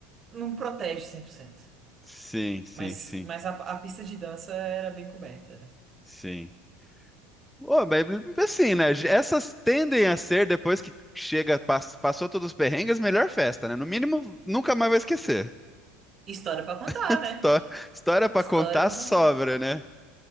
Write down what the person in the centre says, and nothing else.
Sim, sim,
sim,
sim. Ô, mas assim, né? Essas tendem a ser, depois que chega, pass- passou todos os perrengues, melhor festa, né? No mínimo, nunca mais vai esquecer.
<laughs>
Histó- História pra
contar
sobra,
né?